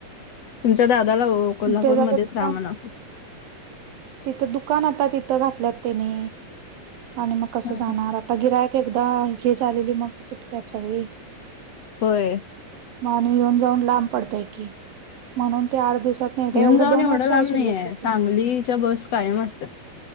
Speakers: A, on the left (about 60°); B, on the right (about 85°).
A: तुमच्या दादाला ओ. कोल्हापूरमध्येच
B: त्याच दुकान
A: रा म्हणावं.
B: तिथं दुकान आता तिथं घातल्यात तेनी आणि मग कसं
A: हां,
B: जाणार
A: हां.
B: आ आता गिरायक एकदा हे झालेली मग तुटत्यात सगळी.
A: होय.
B: आणि येऊन जाऊन लांब पडतय की म्हणून ते आठ दिवसात एकदा
A: येऊन जाऊन
B: दोन
A: एवढं
B: वर्ष
A: लांब
B: आहे शिल्लक
A: नाहीये.
B: तिथे
A: सांगलीच्या बस -- कायम असत्या